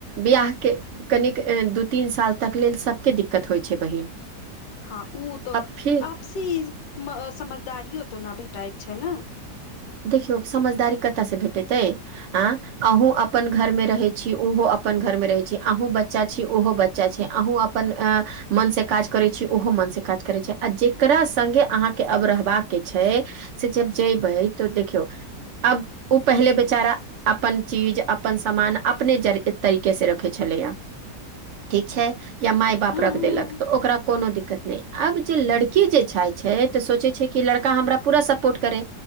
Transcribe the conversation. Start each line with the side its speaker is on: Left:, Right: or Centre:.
Right: बियाहके कनिक दू तीन साल तक लेल सबके दिक्कत होइ छै बहिन
Left: हँ उ तऽ
Right: अब फिर
Left: आपसी समझदारियो तऽ ना भेटाइत छै ना
Right: देखियौ समझदारी कतय से भेटैतयै आँ अहूँ अपन घर मे रहे छी ओहो अपन घर मे रहे छी अहूँ बच्चा छी ओहो बच्चा छै अहूँ अप अपन आँ मन से काज करै छी ओहो मन से काज करै छै आ जकरा सङ्गे अहाँके अब रहबाके छै से जब जे त देखियौ अब ओ पहले बेचारा अपन चीज अपन सामान अपने जर तरीके से रखै छलैया ठीक छै या माय बाप
Left: हूं
Right: रख
Left: हूं
Right: देलक तऽ ओकरा कोनो दिक्कत नै आब जे लड़की जे छै छै तऽ सोचै छै कि लड़का हमरा पूरा सपोर्ट करै